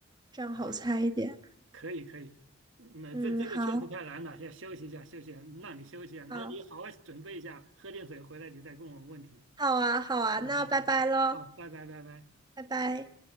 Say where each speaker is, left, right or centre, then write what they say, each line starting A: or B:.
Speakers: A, on the right; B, on the right.
A: 这样好猜一点。
B: 啊，可以可以。嗯那这这个确实太难了，
A: 嗯，好，
B: 要休息一下，休息一下，让你休息一下，然后你好好准备一下，
A: 好，
B: 喝点水回来，你再问我问题。
A: 好啊，好啊，那拜拜喽，
B: 好好好，好，拜拜拜拜。
A: 拜拜。